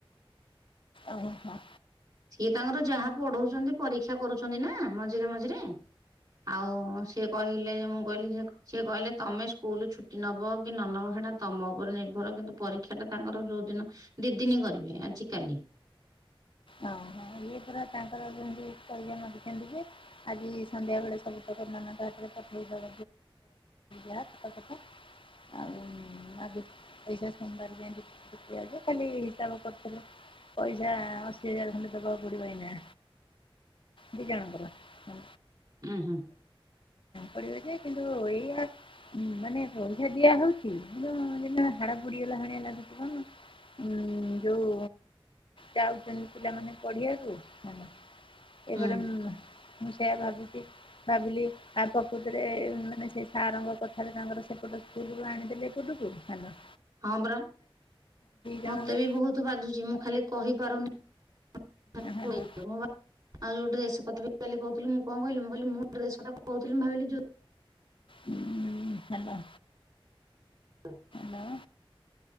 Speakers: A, on the left; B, on the right.
A: ଅହ।
B: ସିଏ ତାଙ୍କର ଯାହା ପଢଉଛନ୍ତି ପରୀକ୍ଷା ଇଚ୍ଛା କରୁଛନ୍ତି ନା ମଝିରେ ମଝିରେ ଆଉ ସିଏ କହିଲେ ଯେ ମୁଁ କହିଲି ଯ ସିଏ କହିଲେ ତମେ ସ୍କୁଲରୁ ଛୁଟି ନେବ କି ନ ନେବ ସେଇଟା ତମ ଉପରେ ନିର୍ଭର କିନ୍ତୁ ପରୀକ୍ଷାଟା ତାଙ୍କର ଯେଉଁଦିନ ଦି ଦିନି କରିବି ଆଜିକାଲି
A: ଓହୋ ଇଏ ପୁରା ତାଙ୍କର ଯେମିତି <unintelligible> ଦେଛନ୍ତି ଯେ ଆଜି ସନ୍ଧ୍ୟା ବେଳେ ସବୁ ପକ ନାନକ ହାତରେ ପଠେଇବା <unintelligible>
B: ହ
A: ଆଉ ଆଜି ପଇସା ସମବାର <unintelligible> ଯେ ଖାଲି ହିସାବ କରିୁଥିଲ ପଇସା ଅସ ଦିହଜାରେ ଖଣ୍ଡେ ଦେବାକୁ ପଡିବ ଏଇନା। ଦି ଜଣଙ୍କର ଉଁ
B: ଉଁ ହୁଁ
A: ପଡ଼ିବ ଯେ କିନ୍ତୁ ଏଇଆ ହୁଁ ମାନେ ପଇସା ଦିଆ ହଉଛି କିନ୍ତୁ ଯେମତି ହାଡ ପଡିଗଲା ଭଳିଆ ଲାଗୁଛି କଣ। ହଁ ଯୋଉ ଯାଉଛନ୍ତି। ପିଲାମାନେ ପଢିବାକୁ ଏ
B: ହୁଁ
A: ପର୍ଯ୍ୟନ୍ତ ମୁଁ ସେୟା ଭାବୁଛି। ଭାବିଲି ଆ ପ୍ରକୃତରେ ମାନେ ସେ ସାରଙ୍କ କଥାରେ ତାଙ୍କର ସେପଟ ସ୍କୁଲରୁ ଆଣି ଦେଲି ଏପଟକୁୁ ହାଲ
B: ହଁ ବରା
A: ଜଣଙ୍କରେ
B: ମତେ ବି ବହୁତ ବାଧୁଛି ମୁଁ ଖାଲି କହିପାରୁନି <unintelligible>
A: ହାଲୋ
B: ଆଉ ଯୋଉ ଡେସ କଥା କାଲି କହୁଥିଲି ମୁ କହିଲି କହ ମୁଁ ଡ୍ରେସ କହୁଥିଲି ଭାବିଲି।
A: ହଁ ହାଲ।
B: ହ
A: ହଁ।